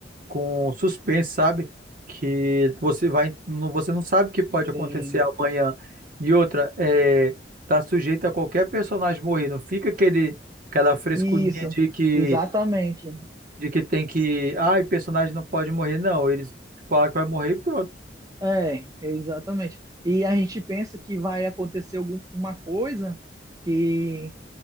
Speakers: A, on the right; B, on the right.
A: com suspense, sabe? Que você vai. não- Você não sabe o que pode
B: Sim,
A: acontecer amanhã. E outra, é, tá sujeito a qualquer personagem morrer. Não fica aquele, aquela frescurinha
B: isso,
A: de que,
B: exatamente.
A: de que tem que. Ai, personagem não pode morrer. Não, eles falam que vai morrer e pronto.
B: É, exatamente. E a gente pensa que vai acontecer alguma coisa que